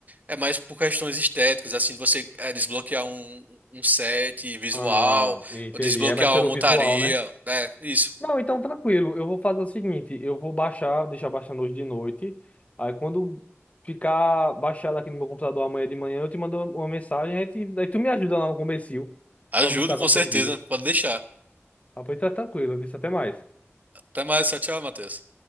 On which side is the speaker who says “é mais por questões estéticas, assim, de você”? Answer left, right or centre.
Right